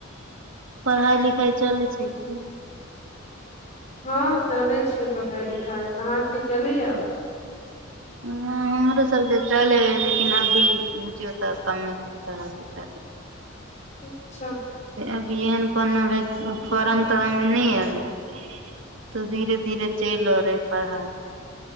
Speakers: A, on the right; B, on the left.
A: पढ़ाइ लिखाइ चलै छै कि
B: हँ चलै छै पढ़ाइ लिखाइ अहाँके चलैएा
A: ह हमरो सबके चले है लेकिन अभी बुझियौ तकमे तरस च
B: अच्छा
A: अभी एहन कोनो भ फॉारम तारम नहि अयलै तऽ धीरे धीरे चलि रहलै पढ़ाइ